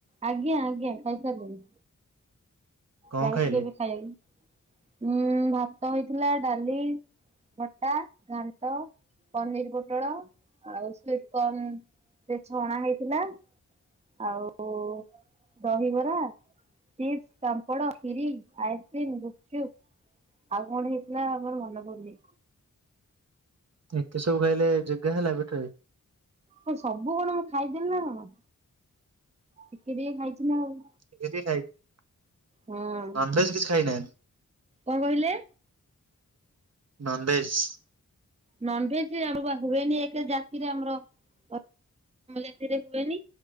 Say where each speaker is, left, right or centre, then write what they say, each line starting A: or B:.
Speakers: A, on the right (about 20°); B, on the right (about 50°).
A: ଆଜ୍ଞା ଆଜ୍ଞା ଖାଇସାରିଲିଣି।
B: କଣ
A: ଯାଇଥିଲୁ
B: ଖାଇଲେ?
A: ଏବେ ଖାଇବାକୁ, ଉଁ ଭାତ ହେଇଥିଲା ଡାଲି ଖଟା, ଘାଣ୍ଟ, ପନିର ପୋଟଳ ଆଉ ସ୍ବିଟ କର୍ଣ୍ଣ। ସେ ଛଣା ହେଇଥିଲା ଆଉ ଦହିବରା, ଚିପ୍ସ, ପାମ୍ପଡ, ଖିରି, ଆଇସ୍କ୍ରିମ୍, ଗୁପଚୁପ ଆଉ କଣ ହେଇଥିଲା ଆଉ ମୋର ମନ ପଡୁନି।
B: ଏତେ ସବୁ ଖାଇଲେ ଜେଗା ହେଲା ପେଟରେ?
A: ହଁ ସବୁ କଣ ମୁଁ ଖାଇଦେଲି ନା କଣ, ଟିକେ ଟିକେ ଖାଇଚି ନା ଆଉ।
B: ଟିକେ ଟିକେ ଖାଇଛନ୍ତି।
A: ହଁ
B: ନନ୍ ଭେଜ କିଛି ଖାଇନାହାନ୍ତି?
A: କଣ କହିଲେ?
B: ନନଭେଜ୍?
A: ନନଭେଜ ଆମ ଆଗୁରୁ ହୁଏନି, ଏକେ ଜାତିରେ ଆମର କ ଆମ ଜାତିରେ ହୁଏନି